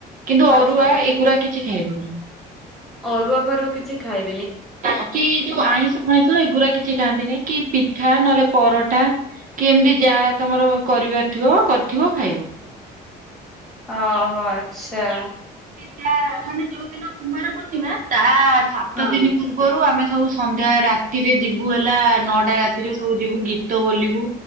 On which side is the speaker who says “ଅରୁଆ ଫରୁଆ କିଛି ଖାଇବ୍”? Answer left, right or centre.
Centre